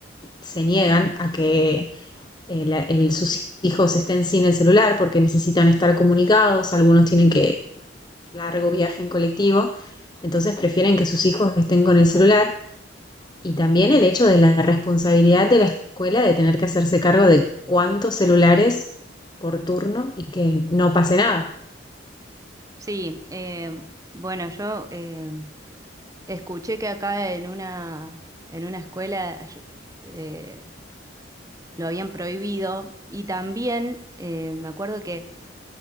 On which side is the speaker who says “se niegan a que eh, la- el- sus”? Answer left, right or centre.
Left